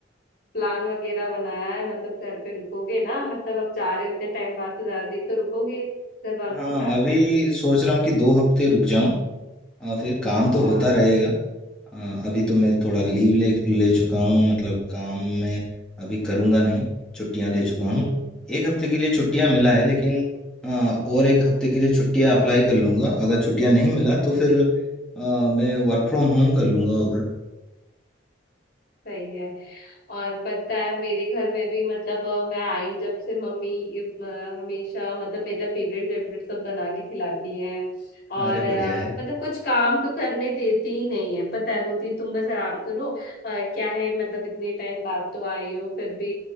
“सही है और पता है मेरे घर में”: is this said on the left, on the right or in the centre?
Left